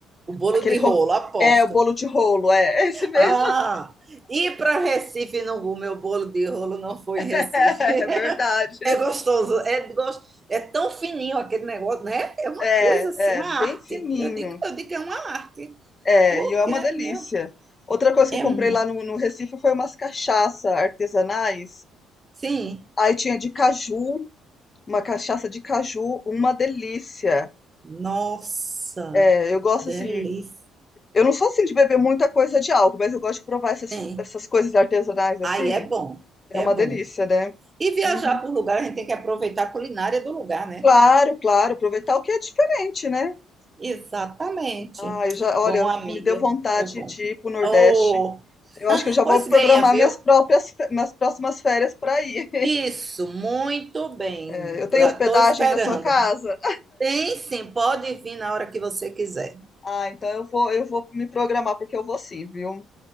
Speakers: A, on the right; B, on the left.
A: O bolo
B: aquele.
A: de
B: ro-
A: rolo, aposto.
B: É, o bolo de rolo, é. <laughs> É esse mesmo.
A: Ah, ir para Recife não, o meu bolo de rolo não foi
B: <laughs>
A: em Recife. <laughs>
B: É, verdade.
A: É gostoso, é, gos- é tão fininho aquele negócio, né? É uma
B: É,
A: coisa assim, uma
B: é,
A: arte.
B: bem fininho.
A: Eu digo, eu digo que é uma arte,
B: É,
A: porque
B: e é uma delícia.
A: meu,
B: Outra coisa que
A: é
B: eu comprei
A: uma.
B: lá no, no Recife foi umas cachaça artesanais.
A: Sim,
B: Aí tinha de caju, uma cachaça de caju, uma delícia.
A: nossa,
B: É, eu gosto
A: delícia.
B: assim, eu não sou assim de beber muita coisa de álcool, mas eu gosto de provar essas,
A: Sim.
B: essas coisas artesanais assim.
A: Aí é bom,
B: É
A: é
B: uma
A: bom.
B: delícia, né?
A: E viajar
B: Uhum.
A: por lugar, a gente tem que aproveitar a culinária do lugar, né?
B: Claro, claro, aproveitar o que é diferente, né?
A: Exatamente.
B: Ah, eu já, olha,
A: Bom, amiga,
B: me deu vontade
A: foi bom.
B: de ir pro Nordeste.
A: Oh,
B: Eu
A: <laughs>
B: acho que eu já
A: pois
B: vou programar
A: venha, viu?
B: minhas próprias, fe- minhas próximas férias para ir.
A: Isso, muito bem.
B: É, eu tenho
A: Já
B: hospedagem
A: estou esperando.
B: aí na sua casa?
A: Tem sim, pode vir na hora que você quiser.
B: Ah, então eu vou, eu vou me programar porque eu vou sim, viu?